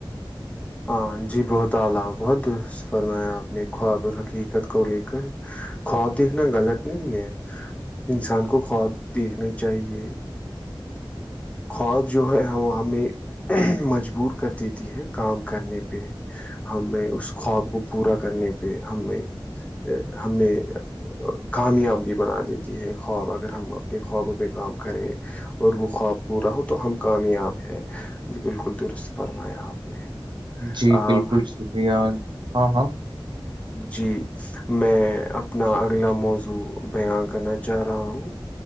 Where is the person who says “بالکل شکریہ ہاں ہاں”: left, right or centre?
Right